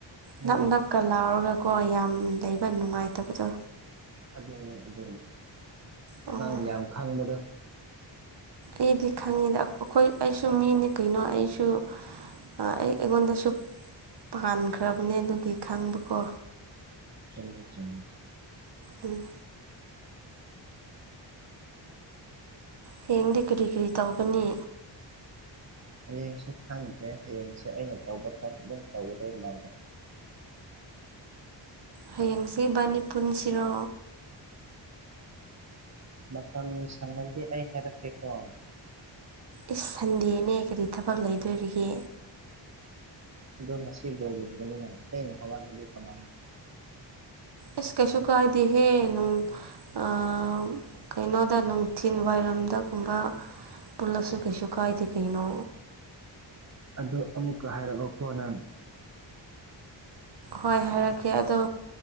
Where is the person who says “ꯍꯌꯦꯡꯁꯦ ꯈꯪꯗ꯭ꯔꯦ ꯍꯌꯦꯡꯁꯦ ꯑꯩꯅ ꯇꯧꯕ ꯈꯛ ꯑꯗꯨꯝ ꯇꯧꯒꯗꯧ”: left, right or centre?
Right